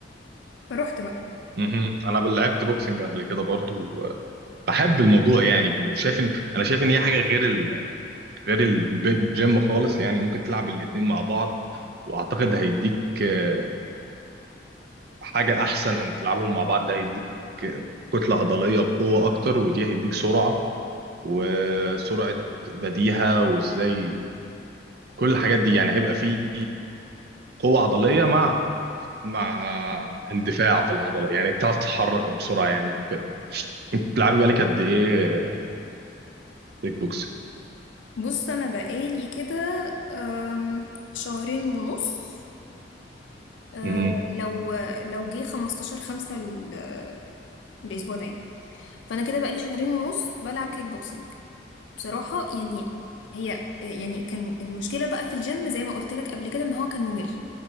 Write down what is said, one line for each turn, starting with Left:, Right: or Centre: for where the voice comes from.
Left: فروحت بقى
Right: مهم. انا بل- لعبت بوكسنج قبل كده برضو آه، بحب الموضوع يعني وشايف ان انا شايف ان هي حاجه غير ال... غير الب- الجيم خالص يعني ممكن تلعب الاتنين مع بعض واعتقد هيديك آه، حاجه احسن لما تلعبهم مع بعض ده هيديك كتله عضليه وقوه اكتر ودي هيديك سرعه وسرعه بديهه وازاي كل الحاجات دي يعني هيبقى فيه قوه عضليه مع مع اندفاع في العضله يعني بتعرف تتحرك بسرعه يعني كده انت بتلعبي بالك قد ايه كيك بوكسنج
Left: بص أنا بقالي كده أم، شهرين ونص أه،
Right: مهم.
Left: لو لو جه 15 خمسة ال- الأسبوع ده يعني فأنا كده بقالي شهرين ونص بلعب كيك بوكسنج بصراحة يعني هي يعني كان المشكلة بقى في الجيم زي ما قلت لك قبل كده إن هو كان ممل